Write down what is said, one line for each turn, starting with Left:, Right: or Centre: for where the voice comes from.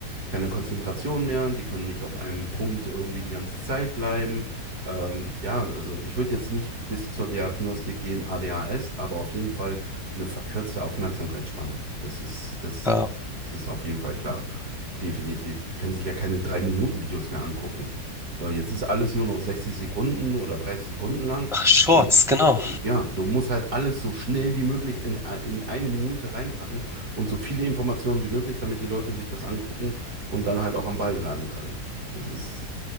Right: keine Konzentration mehr, die können nicht auf einem Punkt irgendwie die ganze Zeit bleiben. Ähm, ja, also ich würde jetzt nicht bis zur Diagnostik gehen, ADHS, aber auf jeden Fall eine verkürzte Aufmerksamkeitsspanne. Das ist, das,
Centre: Ja.
Right: das ist auf jeden Fall klar. Definitiv. Können sich ja keine drei minuten videos mehr angucken. So, jetzt ist alles nur noch 60 Sekunden oder 30 Sekunden lang
Centre: Ach, Shorts,
Right: und
Centre: genau.
Right: äh, ja, du musst halt alles so schnell wie möglich in, a- in eine Minute reinpacken und so viele Informationen wie möglich, damit die Leute sich das angucken und dann halt auch am Ball bleiben können. Das ist,